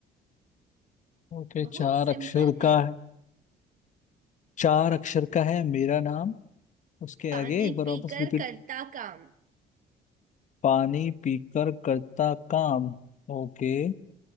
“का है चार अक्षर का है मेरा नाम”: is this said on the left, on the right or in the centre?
Left